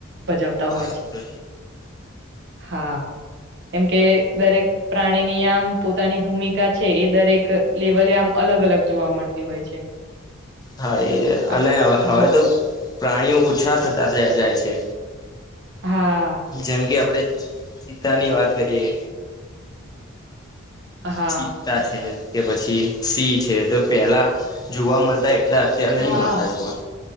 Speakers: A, on the right; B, on the left.
A: ભજવતા
B: હા
A: હોય છે.
B: એ તો
A: હા કેમ કે દરેક પ્રાણીની આમ પોતાની ભૂમિકા છે એ દરેક લેવલે આમ અલગ-અલગ જોવા મળતી હોય છે.
B: હા એ
A: આપ
B: અને હ હવે
A: હા.
B: તો પ્રાણીઓ ઓછા થતા થ જાય છે.
A: હા
B: જેમ કે આપડે ચીતા ની વાત કરીએ.
A: હા
B: ચીતા છે કે પછી સિંહ છે, તો પેલા જોવા મળતા એટલા અત્યાર નહીં
A: હા
B: મલતા જોવા.